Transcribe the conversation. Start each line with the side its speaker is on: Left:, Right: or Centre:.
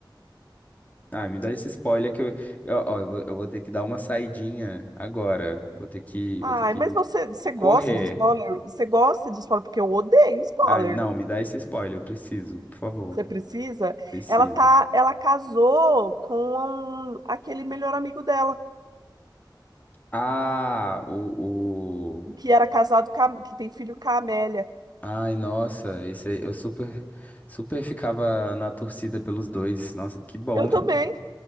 Left: Ah, me dá esse spoiler que eu, eu, ó, eu vou, eu vou ter que dar uma saidinha agora, vou ter que,
Right: Ai,
Left: vou ter que
Right: mas você, você
Left: ir correr.
Right: gosta de spoiler? Você gosta de spoiler? Porque eu odeio spoiler.
Left: Ai, não, me dá esse spoiler, eu preciso, por favor.
Right: Você precisa?
Left: Precisa.
Right: Ela tá, ela casou com aquele melhor amigo dela,
Left: Ah, o, o...
Right: que era casado com a- que tem filho com a Amélia.
Left: Ai, nossa, esse aí, eu super, super ficava na torcida pelos dois. Nossa, que bom.
Right: Eu
Left: <laughs>
Right: também,